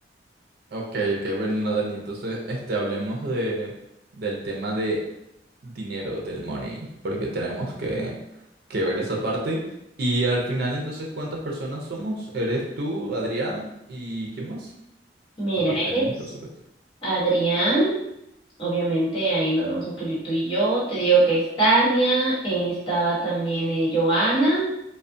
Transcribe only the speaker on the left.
Mira,
es
Adrián. Obviamente ahí nos vamos a incluir tú y yo. Te digo que es Tania, eh, estaba también eh, Joana